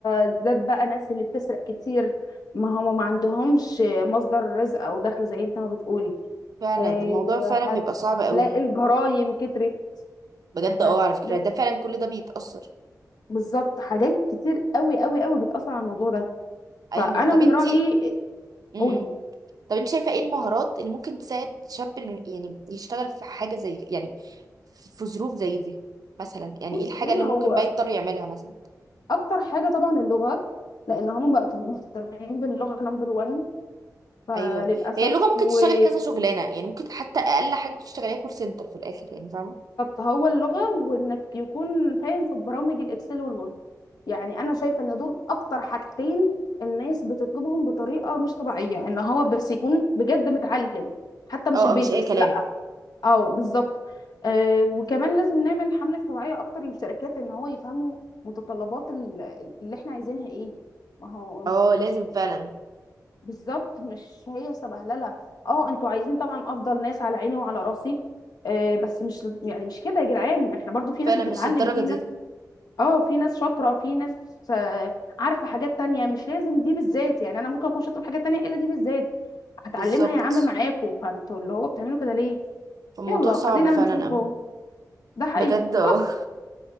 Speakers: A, on the left (about 70°); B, on the right (about 65°).
A: زاد بقى ناس اللي بتسرق كتير ما هم ما عندهمش مصدر رزق او دخل زي انت ما بتقولي
B: فعلا
A: إيه،
B: الموضوع فعلا
A: هتلاقي
B: بيبقى صعب قوي
A: الجرايم كترت
B: بجد
A: هتلاقي
B: اه على فكرة ده فعلا كل ده بيتأثر
A: بالظبط حاجات كتير قوي قوي قوي بتأثر على الموضوع ده
B: ايوه
A: فانا
B: طب
A: من
B: انتي
A: رأيي
B: م
A: قولي
B: -م. طب انت شايفة ايه المهارات اللي ممكن تساعد شاب إنه يعني يشتغل في حاجة زي يعني في ظروف زي دي مثلا يعني
A: بص
B: ايه الحاجة
A: ايه
B: اللي
A: هو
B: ممكن بقى يضطر يعملها مثلا
A: اكتر حاجه طبعا اللغه لان هم بقوا مهتمين باللغه نمبر 1 فللاسف
B: ايوه هي اللغه ممكن
A: وبالظبط
B: تشتغلي كذا شغلانه يعني ممكن حتى اقل حاجه ممكن تشتغليها كول سنتر في الاخر يعني فاهمه
A: هو اللغه وانك يكون فاهم في برامج الاكسل والوورد يعني انا شايفه ان دول اكتر حاجتين الناس بتطلبهم بطريقه مش طبيعيه ان هو بس يكون بجد متعلم حتى مش
B: اه
A: البيزكس
B: آه، مش اي كلام
A: لا اه بالظبط آه وكمان لازم نعمل حملة توعية أكتر للشركات إن هو يفهموا متطلبات ال- اللي إحنا عايزينها إيه ما هو م-
B: اه لازم
A: مش
B: فعلا
A: بالظبط مش هي سبهللة اه انتوا عايزين طبعا أفضل ناس على عيني وعلى راسي آه بس مش يعني مش كده يا جدعان احنا برضو في
B: فعلا
A: ناس بتتعلم
B: مش الدرجه
A: في ناس
B: دي
A: اه في ناس شاطرة في ناس آه عارفة حاجات تانية مش لازم دي بالذات يعني أنا ممكن أكون شاطرة في حاجات تانية إلا دي بالذات هتعلمها
B: بالظبط
A: يا عم معاكوا فانتوا اللي هو بتعملوا كده ليه
B: فالموضوع
A: يلا
B: صعب
A: ادينا
B: فعلا
A: هنشوفه
B: اوي
A: ده حقيقي
B: بجد اه
A: خلاص